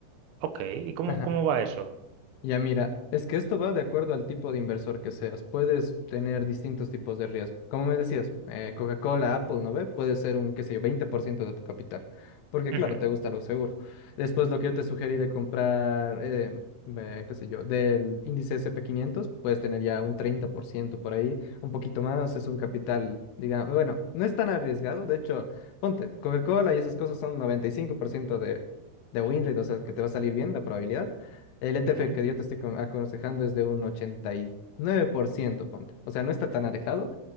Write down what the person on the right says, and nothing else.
Ok, ¿y cómo,
cómo va eso?
Ujú,
ujú,